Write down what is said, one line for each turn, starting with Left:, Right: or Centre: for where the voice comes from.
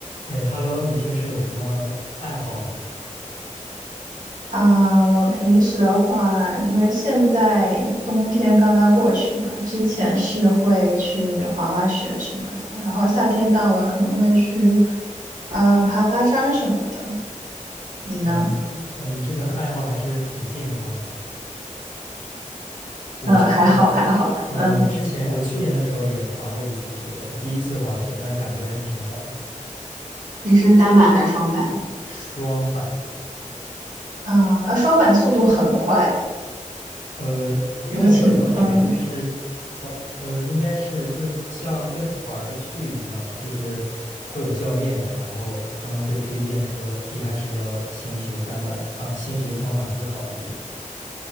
Left: 哎，Hello，你平时有什么爱好吗？
Right: 啊，我平时的话，因为现在冬天刚刚过去嘛，之前是会去滑滑雪什么的，然后夏天到了可能会去，嗯、爬爬山什么的。你呢？
Left: 哦，你你呃，你这个爱好还是挺健康的。我之前
Right: 嗯，还好还好，
Left: 呃，
Right: 嗯，
Left: 我之前我去年的时候也滑过一次雪，我第一次滑雪，但是感觉还是挺好的。
Right: 你是单板还是双板？
Left: 双板，
Right: 啊，那双板速度很快，
Left: 呃，因为我没有了解过，
Right: 有请，嗯，
Left: 就是好呃，应该是就是像跟团儿去一样，就是会有教练，然后他们会推荐说一开始要先学单板啊，先学双板会好一点。